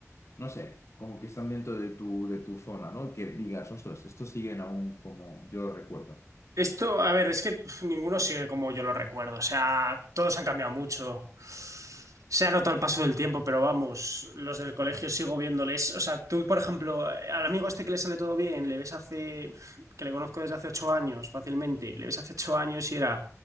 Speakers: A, on the left; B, on the right.
A: no sé, como que están dentro de tu, de tu zona, ¿no? Que digas, ostras, estos siguen aún como yo lo recuerdo.
B: Esto, a ver, es que pf, ninguno sigue como yo lo recuerdo. O sea, todos han cambiado mucho. Se ha notado el paso del tiempo, pero vamos, los del colegio sigo viéndoles. O sea, tú, por ejemplo, al amigo este que le sale todo bien, le ves hace, uf, que le conozco desde hace ocho años fácilmente, le ves hace ocho años y era